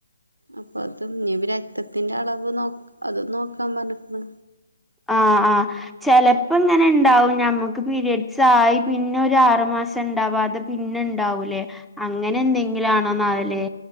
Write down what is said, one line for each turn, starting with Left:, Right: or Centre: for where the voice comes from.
Right: അപ്പൊ അത് ഇനി രക്തത്തിന്റെ അളവ് നോ അതും നോക്കാൻ പറഞ്ഞിക്കണ്
Centre: ആ ആ ചെലപ്പോ ഇങ്ങനെ ഉണ്ടാവും ഞമ്മുക്ക് പീരിയഡ്സ് ആയി പിന്നെ ഒരു ആറു മാസം ഉണ്ടാവാതെ പിന്നെ ഉണ്ടാവൂലേ അങ്ങനെ എന്തെങ്കിലാണോനാവോലെ